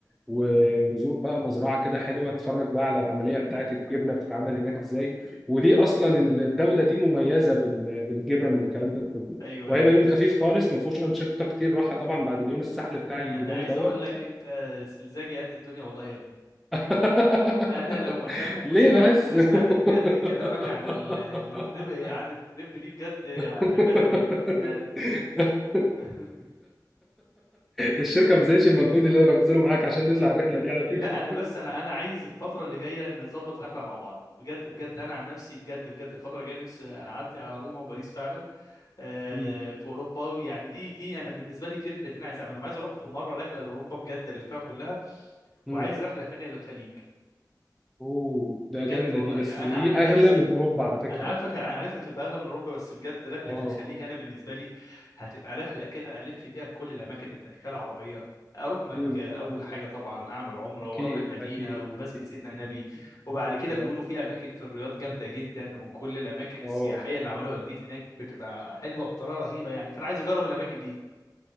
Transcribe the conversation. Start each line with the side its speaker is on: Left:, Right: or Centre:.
Centre: ونزور بقى مزرعة كده حلوة اتفرج بقى على العملية بتاعة الجبنة بتتعمل هناك ازاي وليه اصلا الدولة دي مميزة بال- بالجبن والكلام ده كله
Left: ايوه
Centre: وهيبقى
Left: ايوه
Centre: يوم
Left: ايوه
Centre: خفيف خالص ما فيهوش أنشطة كتير راحة طبعا بعد اليوم السحل بتاع الجبال
Left: انا عايز
Centre: دوت
Left: اقول لك انت سلزاجي قد الدنيا والله يا ابني
Centre: <laughs>
Left: انا لو مكانهم
Centre: ليه
Left: وسمعت
Centre: بس
Left: وسمعت بجد كلامك
Centre: <laughs>
Left: عن ال- التريب عن التريب دي بجد هحبها
Centre: <laughs>
Left: قوي انا <laughs>
Centre: الشركه ما بذلتش المجهود اللي انا ببذله معاك عشان نطلع الرحله دي على
Left: لا
Centre: فكره
Left: انا بس انا انا عايز الفتره اللي جايه نظبط رحله مع بعض بجد بجد انا عن نفسي بجد بجد الفتره الجايه نفسي اعدي على روما وباريس فعلا آه،
Centre: مم.
Left: في اوروبا ويعني دي دي انا بالنسبه لي في رحلتين عايز اعملهم عايز اروح في مره رحله لاوروبا بجد الفها كلها
Centre: مم.
Left: وعايز رحله تانية للخليج
Centre: اوه ده
Left: بجد
Centre: جامده
Left: والله
Centre: دي بس دي
Left: انا عن
Centre: اغلى
Left: نفسي
Centre: من اوروبا على فكره
Left: انا عارفك انا عارف هتبقى اغلى من اوروبا بس بجد رحله
Centre: اه
Left: الخليج انا بالنسبه لي هتبقى رحله كده الف فيها كل الاماكن التاريخيه العربيه اروح مك
Centre: مم.
Left: اول حاجه طبعا اعمل عمره
Centre: اكيد
Left: واروح المدينه
Centre: اكيد
Left: ومسجد
Centre: اكيد
Left: سيدنا النبي وبعد كده
Centre: أنا-
Left: بيقولوا في اماكن في الرياض جامده جدا وكل الاماكن
Centre: اه
Left: السياحيه اللي عملوها جديد هناك بتبقى حلوه بطريقه رهيبه يعني فانا عايز اجرب الاماكن دي